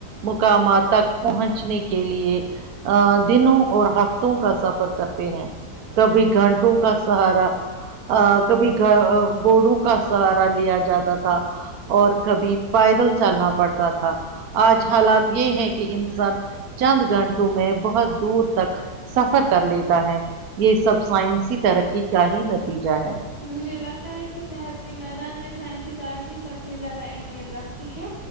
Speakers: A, on the right (about 65°); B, on the left (about 25°).
A: مقامات تک پہنچنے کے لیے ا دنوں اور ہفتوں کا سفر کرتے ہیں کبھی گھنٹوں کا سہارا کبھی گ گوڑوں کا سر لیا جاتا تھا اور کبھی پیدل چلنا پڑتا تھا آج حالات یہ ہے کہ انسان چند گھنٹوں میں بہت دور تک سفر کر لیتا ہے یہ سب سائنسی ترقی کا ہی نتیجہ ہے
B: مجھے لگتا ہے کہ صحت کے میدان میں سائنسی ترقی سب سے زیادہ اہمیت رکھتی ہے